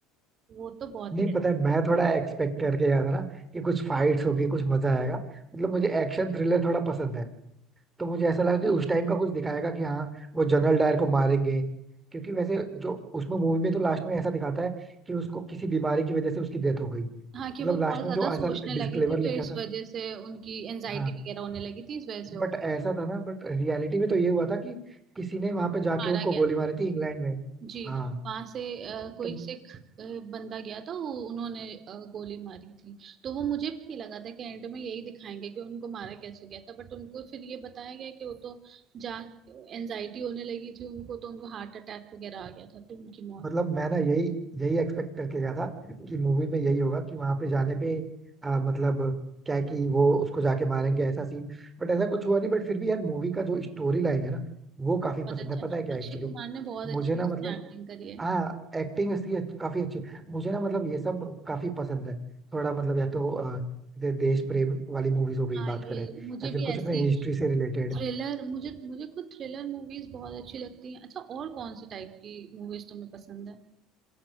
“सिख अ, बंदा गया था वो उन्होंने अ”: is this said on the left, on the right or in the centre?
Right